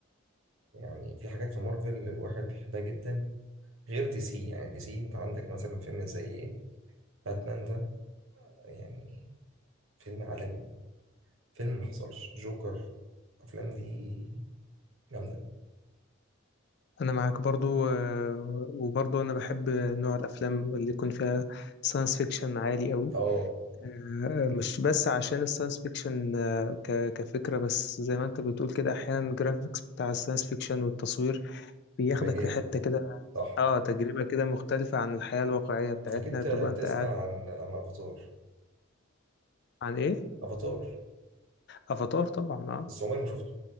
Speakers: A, on the right (about 75°); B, on the left (about 50°).
A: يعني في حاجات في مارفل الواحد بيحبها جدا غير دي سي يعني دي سي انت عندك مثلا فيلم زي باتمان ده يعني فيلم عالمي فيلم محصلش جوكر الافلام دي جامده
B: انا معاك برضو آه، وبرضو انا بحب نوع الافلام اللي يكون فيها ساينس فيكشن عالي قوي
A: اه
B: آه، مش بس عشان الساينس فيكشن آه، ك- كفكرة بس زي ما انت بتقول كده احيانا الجرافيكس بتاع الساينس فيكشن والتصوير بياخدك
A: بيبقى جامد
B: في حتة كده
A: صح
B: اه تجربة كده مختلفة عن الحياة الواقعية بتاعتنا
A: اكيد ت-
B: بتبقى انت
A: تسمع
B: قاعد
A: عن عن افاتار
B: عن ايه
A: افاتار
B: افاتار طبعا اه
A: بس عمري ما شفته